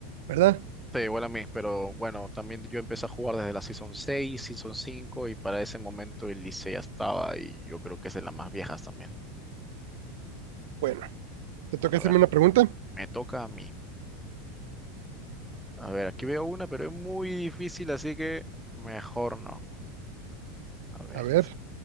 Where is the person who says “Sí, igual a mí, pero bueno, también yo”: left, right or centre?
Centre